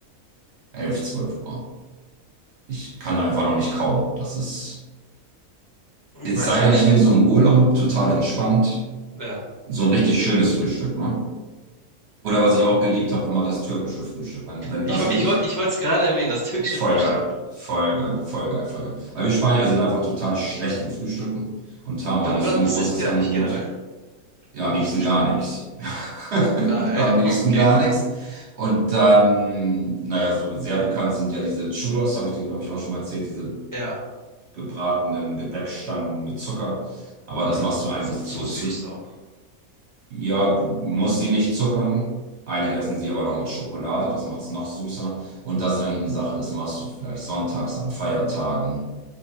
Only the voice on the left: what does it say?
Wie
meinst
du
das?
Ja,
genau.
Ich,
wo-
ich, wo- ich wollte es gerade erwähnen, das türkische
Frühstück.
Wa-
wa-
Was
ist ja
nicht generell
beim
Frühstück?
Ah,
ja, ja,
<laughs> okay.
Ja,
genau.
Ist auch zu
süß
auch.